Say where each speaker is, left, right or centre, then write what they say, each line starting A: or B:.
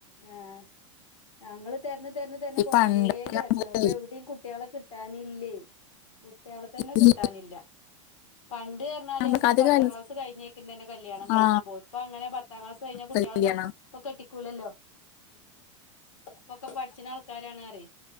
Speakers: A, on the left; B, on the left.
A: ഏഹ് ഞങ്ങള് തെര്ഞ് തെര്ഞ് തെര്ഞ്
B: ഈ
A: കൊറേ
B: പണ്ടൊക്കെ
A: തെര്ഞ്ഞു.
B: നമ്മള്
A: ഇപ്പൊയൊവിടിം കുട്ടിയേളെ കിട്ടാനില്ലേ കുട്ടിയേളെ തന്നെ
B: ഈ
A: കിട്ടാനില്ല പണ്ട് പർഞ്ഞാല്
B: നമുക്ക്
A: നമ്മള്
B: അത്
A: പത്താം
B: കല്-
A: ക്ലാസ് കഴിഞ്ഞേക്കും തന്നെ കല്യാണം കഴിച്ചുപ്പോയി
B: ആ
A: ഇപ്പ അങ്ങനെ പത്താം ക്ലാസ് കഴിഞ്ഞ കുട്ടിയേളൊന്നും
B: കല്യാണം
A: ഇപ്പൊ കെട്ടിക്കൂലല്ലോ ഇപ്പൊ ഒക്കെ പഠിച്ച്ണ ആൾക്കാരാണ് റ്യെ